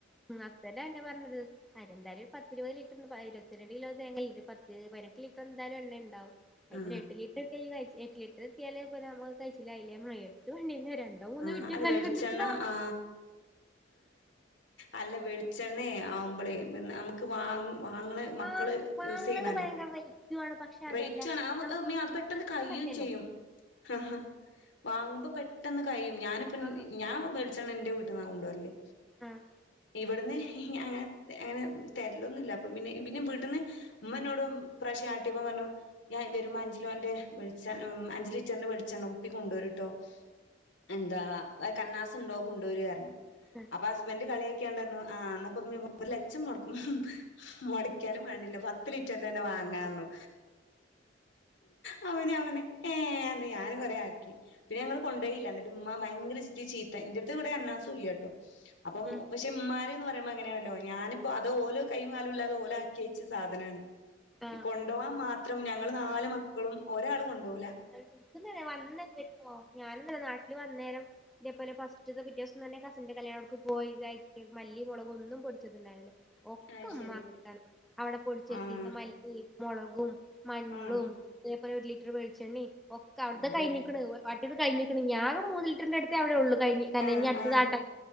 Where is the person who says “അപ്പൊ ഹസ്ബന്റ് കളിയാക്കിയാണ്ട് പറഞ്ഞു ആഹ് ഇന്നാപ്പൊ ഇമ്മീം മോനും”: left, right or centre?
Left